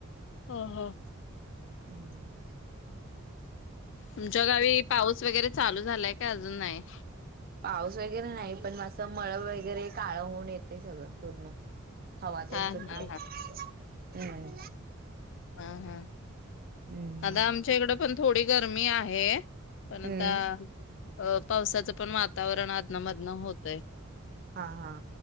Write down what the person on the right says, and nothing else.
हम्म
पाऊस वगैरे नाही, पण असं मळं वगैरे काळं होऊन येते सगळं पूर्ण. हवा तेन
सुटले.
हम्
हम्म
हम्म
हां-हां